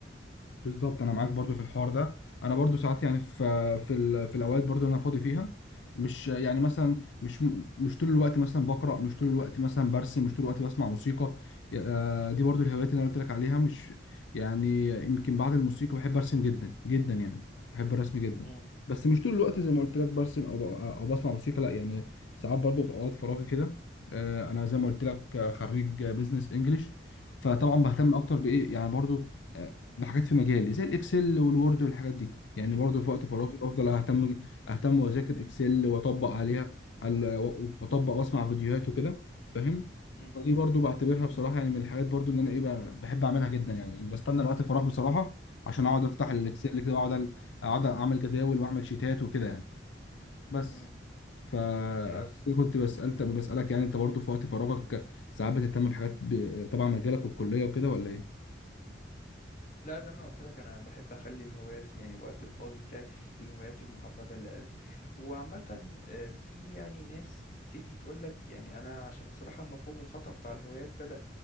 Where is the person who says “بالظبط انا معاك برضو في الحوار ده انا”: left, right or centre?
Left